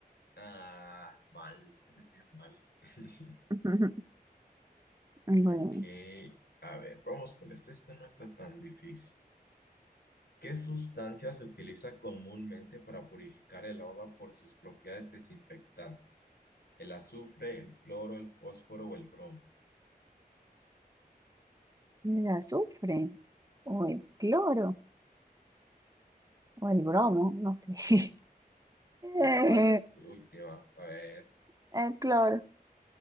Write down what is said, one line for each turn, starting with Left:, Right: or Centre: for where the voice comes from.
Left: Ah, mal. Eres bien mal. <laughs>
Right: <laughs> Bueno,
Left: Ok. A ver, vamos con este. Este no está tan difícil. ¿Qué sustancia se utiliza comúnmente para purificar el agua por sus propiedades desinfectantes? ¿El azufre, el cloro, el fósforo o el bromo?
Right: el azufre o el cloro o el bromo, no sé. <laughs> Eh,
Left: ¿Cuál es su última? A ver.
Right: El cloro.